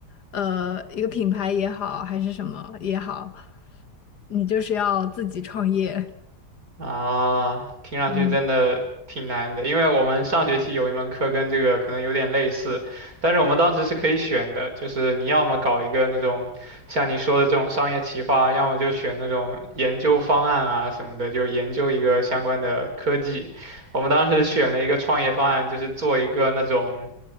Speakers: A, on the left (about 70°); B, on the right (about 55°).
A: 呃一个品牌也好，还是什么也好，你就是要自己创业。
B: 啊，听上去真的挺难的，
A: 嗯，
B: 因为我们上学期有一门课跟这个可能有点类似，但是我们当时是可以选的，就是你要么搞一个那种像你说的这种商业企划，要么就选那种研究方案啊什么的，就研究一个相关的科技。我们当时选了一个创业方案，就是做一个那种。